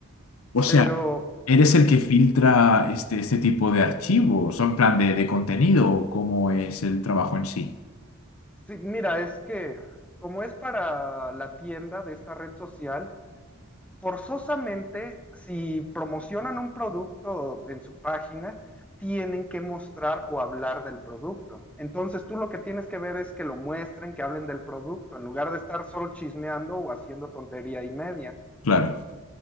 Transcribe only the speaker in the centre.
Pero
Sí, mira, es que como es para la tienda de esta red social, forzosamente si promocionan un producto en su página, tienen que mostrar o hablar del producto. Entonces tú lo que tienes que ver es que lo muestren, que hablen del producto, en lugar de estar solo chismeando o haciendo tontería y media.